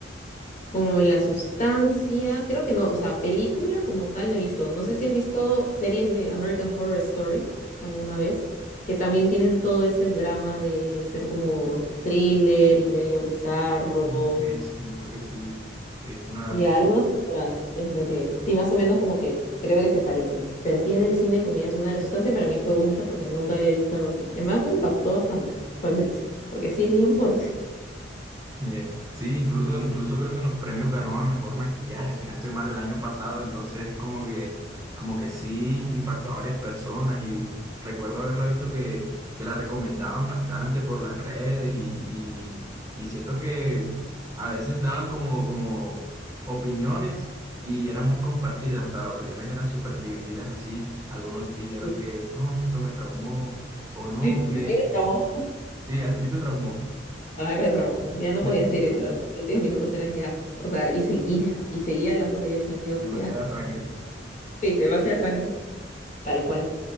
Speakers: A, on the left; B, on the right.
A: Como la sustancia, creo que no, o sea, película como tal no he visto. No sé si has visto series de American Horror Story alguna vez, que también tienen todo ese drama de ser como thriller y medio bizarro.
B: Sí, ok, sí, creo que sí. He visto una
A: Y a algunas temporadas es lo que, sí, más o menos como que creo que se parecen. Pero así en el cine que me digas una, de la sustancia para mí fue única porque nunca había visto algo así. Es más, me impactó bastante, <laughs> realmente, porque sí es bien fuerte.
B: Eh, sí, incluso, incluso creo que en los premios ganó a mejor maquillaje, si no estoy mal, el año pasado, entonces como que, como que sí impactó a varias personas y recuerdo haberla visto que, que la recomendaban bastante por las redes y, y- y siento que a veces daban como, como opiniones y eran muy compartidas, o sea, las opiniones eran súper divididas así, algunos dijeron
A: Sí.
B: que no, que esto me traumó o no,
A: A
B: que
A: mí me traumó.
B: sí, a ti te traumó,
A: Ay, me traumó. Ya no
B: <laughs>
A: podía seguir viendo. Los últimos minutos eran ya. O sea, y seguía, y seguía las cosas. Yo decía, Dios,
B: demasiada
A: ya.
B: sangre.
A: Sí, demasiada sangre. Tal cual.